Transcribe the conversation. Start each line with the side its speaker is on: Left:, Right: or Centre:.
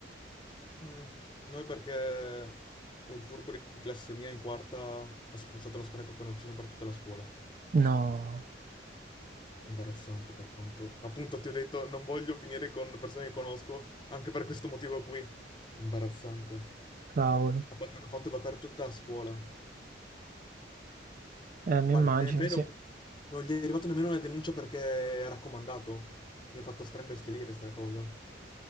Left: Mm, Noi perché il furbo di classe mia in quarta ha spruzzato lo spray peperoncino per tutta la scuola.
Right: No,
Left: Imbarazzante per quanto... Appunto, ti ho detto, non voglio finire con persone che conosco anche per questo motivo qui. Imbarazzante.
Right: cavolo.
Left: Ha fa- Hanno fatto evacare tutta la scuola.
Right: Eh, mi
Left: Ma
Right: immagino,
Left: nemmeno...
Right: sì.
Left: Non gli è arrivata nemmeno la denuncia perché è raccomandato. Mi ha fatto straimbestialire sta cosa.